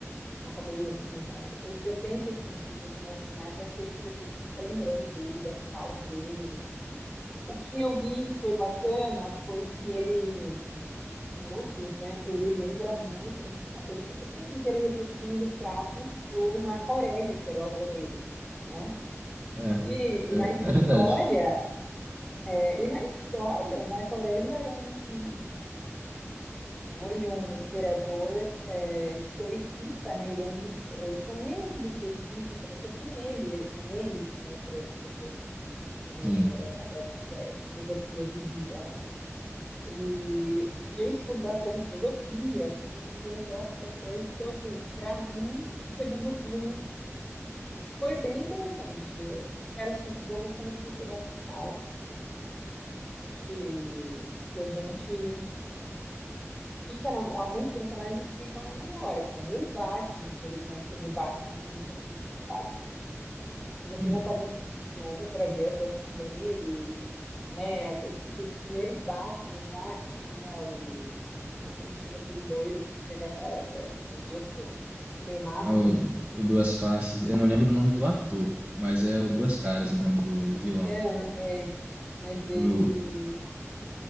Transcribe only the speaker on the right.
é,
é,
é verdade.
Sim,
sim.
Ah, o, o Duas Faces, eu não lembro o nome do ator, mas é o Duas Caras o nome do, do vilão.
O,